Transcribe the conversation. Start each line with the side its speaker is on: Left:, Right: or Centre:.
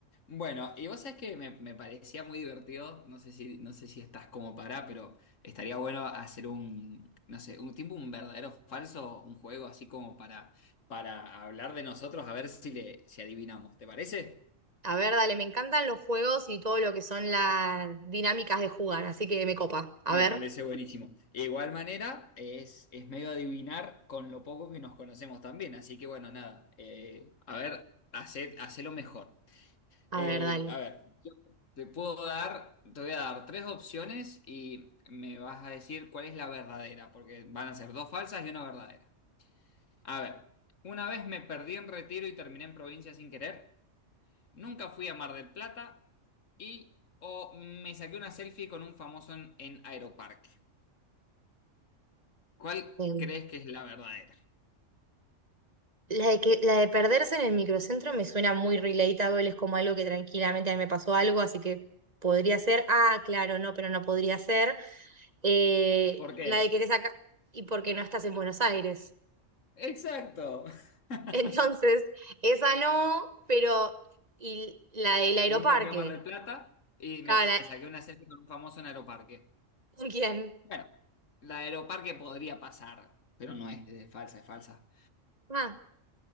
Left: Bueno, y vos sabés que me, me parecía muy divertido, no sé si, no sé si estás como para, pero estaría bueno hacer un, no sé, un tipo, un verdadero falso, un juego así como para, para hablar de nosotros, a ver si le, si adivinamos, ¿te parece?
Right: A ver, dale, me encantan los juegos y todo lo que son las dinámicas de jugar, así que me copa. A
Left: Me
Right: ver,
Left: parece buenísimo. De igual manera, es, es medio adivinar con lo poco que nos conocemos también, así que bueno, nada, eh, a ver, hacé, hacé lo mejor.
Right: a
Left: Eh,
Right: ver, dale.
Left: a ver, yo te puedo dar, te voy a dar tres opciones y me vas a decir cuál es la verdadera, porque van a ser dos falsas y una verdadera. A ver, una vez me perdí en Retiro y terminé en provincia sin querer, nunca fui a Mar del Plata y o me saqué una selfie con un famoso en, en Aeroparque. ¿Cuál
Right: Em,
Left: crees que es la verdadera?
Right: La de que, la de perderse en el microcentro me suena muy relatable, es como algo que tranquilamente a mí me pasó algo, así que podría ser. Ah, claro, no, pero no podría ser. Eh,
Left: ¿Por qué?
Right: la de que te saca. Y porque no estás en Buenos Aires.
Left: Exacto.
Right: <laughs>
Left: <laughs>
Right: Entonces, esa no, pero. Y la del aeroparque.
Left: Nunca fui a Mar del Plata y
Right: Claro,
Left: me
Right: la-
Left: saqué una selfie con un famoso en Aeroparque.
Right: ¿con quién?
Left: Bueno. La de Aeroparque podría pasar, pero no es, es falsa, es falsa.
Right: Ah,